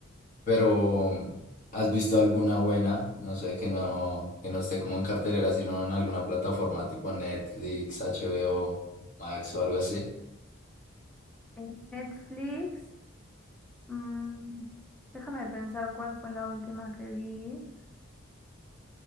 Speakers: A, on the left; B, in the centre.
A: pero ¿has visto alguna buena? No sé, que no, que no esté como en cartelera, sino en alguna plataforma tipo Netflix, HBO, Max o algo así.
B: En Netflix, mm, déjame pensar cuál fue la última que vi.